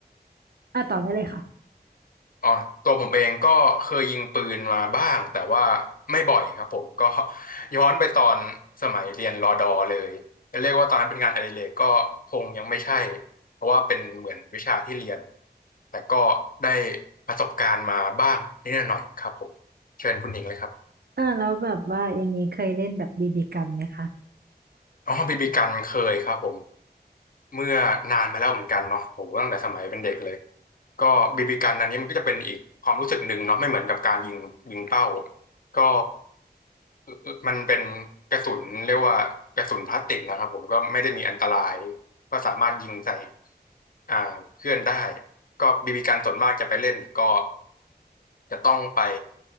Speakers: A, on the right; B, on the left.
A: อ่ะต่อได้เลยค่ะ
B: อ๋อตัวผมเองก็เคยยิงปืนมาบ้างแต่ว่าไม่บ่อยครับผมก็ <laughs> ย้อนไปตอนสมัยเรียนรอดอเลยจะเรียกว่าตอนนั้นเป็นงานอดิเรกก็คงยังไม่ใช่เพราะว่าเป็นเหมือนวิชาที่เรียนแต่ก็ได้ประสบการณ์มาบ้างนิดหน่อยครับผมเชิญคุณหญิงเลยครับ
A: อ่าแล้วแบบว่าอย่างนี้เคยเล่นแบบบีบีกันไหมคะ
B: อ๋อบีบีกันเคยครับผม เมื่อนานมาแล้วเหมือนกันเนาะโหตั้งแต่สมัยเป็นเด็กเลยก็บีบีกันอันนี้มันก็จะเป็นอีกความรู้สึกหนึ่งเนาะไม่เหมือนกับการยิงยิงเป้าก็เอ่อมันเป็นกระสุนเรียกว่ากระสุนพลาสติกนะครับผมก็ไม่ได้มีอันตรายก็สามารถยิงใส่อ่าเพื่อนได้ก็บีบีกันส่วนมากจะไปเล่นก็จะต้องไป